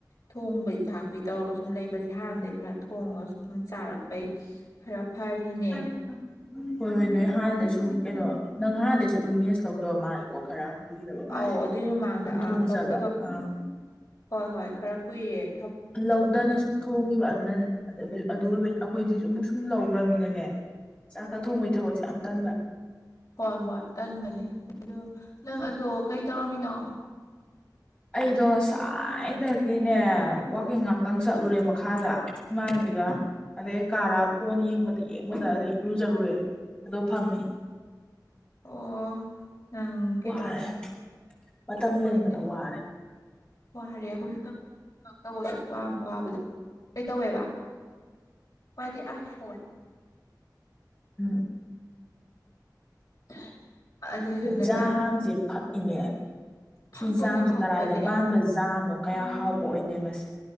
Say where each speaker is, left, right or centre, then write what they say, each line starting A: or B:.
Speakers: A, on the left (about 55°); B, on the left (about 15°).
A: ꯊꯣꯡꯕꯩ ꯊꯥꯛꯄꯩ ꯇꯧꯔꯒ ꯁꯨꯝ ꯂꯩꯕꯁꯦ ꯍꯥꯟꯅꯗꯩ ꯈꯔ ꯊꯣꯡꯉꯒ ꯁꯨꯝ ꯆꯥꯔꯛꯄꯩ ꯈꯔ꯫ ꯐꯔꯤꯅꯦ
B: <inaudible> ꯍꯣꯏ ꯍꯣꯏ ꯅꯣꯏ ꯍꯥꯟꯅꯗꯩ ꯁꯨꯝ ꯀꯩꯅꯣ ꯅꯪ ꯍꯥꯟꯗꯩꯁꯨ ꯑꯗꯨꯝ ꯃꯦꯁ ꯂꯧꯗꯕ ꯃꯥꯜꯂꯦꯀꯣ ꯈꯔ꯫ ꯀꯨꯏꯔꯕ ꯃꯥꯜꯂꯦ
A: ꯑꯧ ꯑꯗꯨꯏ ꯃꯃꯥꯡꯗ
B: ꯑꯗꯨꯝ ꯊꯣꯡꯖꯕ
A: ꯑꯪ ꯂꯧꯗꯕ
B: ꯑꯥ꯫
A: ꯍꯣꯏ ꯍꯣꯏ ꯈꯔ ꯀꯨꯏꯌꯦ꯫
B: ꯂꯧꯗꯅ ꯁꯨꯝ ꯊꯣꯡꯒꯤꯕ ꯑꯗꯨꯅꯅꯦ ꯑꯗꯨꯏ ꯑꯗꯨ ꯑꯣꯏꯕꯩꯅꯦ ꯑꯩꯈꯣꯏꯗꯤ ꯑꯃꯨꯛ ꯁꯨꯝ ꯂꯧꯈ꯭ꯔꯃꯤꯅꯅꯦ꯫ ꯆꯥꯛꯀ ꯊꯣꯡꯕꯩ ꯊꯕꯛꯁꯦ ꯌꯥꯝ ꯇꯟꯕ꯫
A: ꯍꯣꯏ ꯍꯣꯏ ꯇꯟꯕꯅꯦ ꯑꯗꯣ ꯅꯪ ꯑꯗꯣ ꯀꯩ ꯇꯧꯔꯝꯃꯤꯅꯣ꯫
B: ꯑꯩꯗꯣ ꯉꯁꯥꯏꯗꯒꯤꯅꯦ ꯋꯥꯛꯀꯤꯡ ꯉꯥꯛꯇꯪ ꯆꯠꯂꯨꯔꯦ ꯃꯈꯥꯗ ꯏꯃꯥꯟꯅꯕꯤꯒ꯫ ꯑꯗꯩ ꯀꯥꯔꯛꯑ ꯐꯣꯟ ꯌꯦꯡꯕꯗ ꯌꯦꯡꯕꯗ ꯑꯗꯩ ꯏꯔꯨꯖꯔꯨꯔꯦ ꯑꯗꯨꯒ ꯐꯝꯃꯤ꯫
A: ꯑꯣ ꯅꯪ ꯀꯩꯅꯣ
B: ꯋꯥꯔꯦ ꯃꯇꯝ
A: ꯍꯣꯏꯅꯦ꯫
B: ꯂꯦꯟꯕꯗ ꯋꯥꯔꯦ
A: ꯋꯥꯔꯦ ꯑꯩꯈꯣꯏꯁꯨ <inaudible> ꯊꯕꯛ ꯇꯧꯕꯗ ꯋꯥꯡ-ꯋꯥꯕꯗ ꯀꯩ ꯇꯧꯋꯦꯕ꯫ ꯃꯥꯗꯤ ꯑꯥꯏꯐꯣꯟ꯫
B: ꯎꯝ꯫
A: <unintelligible> ꯑꯗꯨꯏꯗꯨꯅꯅꯦ
B: ꯖꯥꯝꯁꯦ ꯐꯛꯏꯅꯦ ꯁꯤ
A: ꯐꯛꯄꯅꯦ
B: ꯖꯥꯝꯁꯦ
A: ꯐꯛꯄꯅꯦ
B: ꯀꯔꯥꯏꯗ ꯄꯥꯟꯕ ꯖꯥꯥꯝꯅꯣ꯫ ꯀꯌꯥ ꯍꯥꯎꯕ ꯑꯣꯏꯗꯦ ꯃꯁꯦ꯫